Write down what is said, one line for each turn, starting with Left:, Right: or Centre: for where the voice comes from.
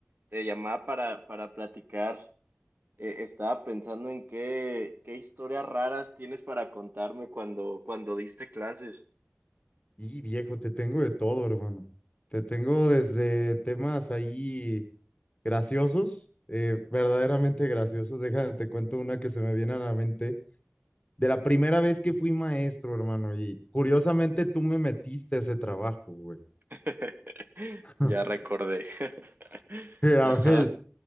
Right: te llamaba para, para platicar. Eh, estaba pensando en qué, qué historias raras tienes para contarme cuando, cuando diste clases.
Left: Y viejo, te tengo de todo, hermano. Te tengo desde temas ahí graciosos, eh, verdaderamente graciosos. Déjame, te cuento una que se me viene a la mente. De la primera vez que fui maestro, hermano, y curiosamente tú me metiste a ese trabajo, güey.
Right: <laughs>
Left: <laughs>
Right: Ya recordé. <laughs>
Left: Eh, A
Right: Ajá,
Left: ver,